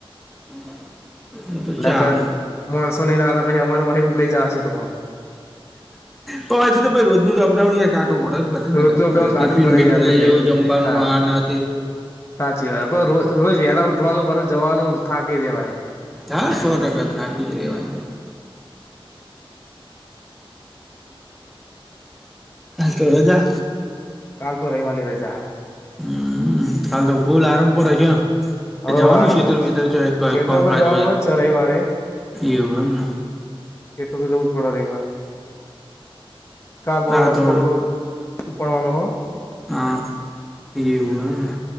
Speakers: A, in the centre; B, on the left (about 30°).
A: <inaudible> હુ તો
B: નકર
A: ચાલ
B: માણસો નહીંતા પછી અમાર <inaudible> લઈ જાયશે તો
A: પ હછી તો રોજ નુ અપડાઉન કાઠું પડે ને
B: રોજનું
A: બધા ને તો
B: અપડાઉન કાઠું
A: ટિફિન
B: પડી
A: બિફિન
B: ગયા
A: લઇ જવું જમવાનું
B: ત
A: આ ના તે
B: સાચી વાત પણ રો રોજ વહેલા ઉઠવાનું પસ જવાનું થાકી રેવાય.
A: હા સો ટકા ત્રાકી જ રેવાની હાલ તો રજા
B: કાલ તો રવિવાર ની રજા
A: હમ્મ કાાલ તો ફૂલ આરમ પર રહીયે
B: હવે
A: જવાનું
B: આરામ
A: શીતર
B: થશે
A: વતર જો
B: ખેતર
A: કોમ
B: પર
A: કજ
B: જવાનું
A: હો
B: હોય જ છે રવિવારે
A: એવું એમને
B: એ તો તો જવું જ પડે રે મારે કાલ પાહલાસકોકલ
A: હા તો
B: ઉપડવાનો હો
A: હ એવું